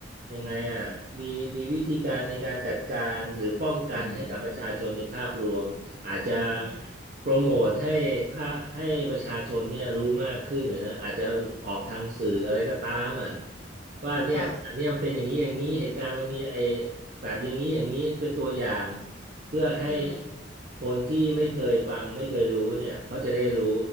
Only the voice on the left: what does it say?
อืมอืมอืม
ค่ะ
อืม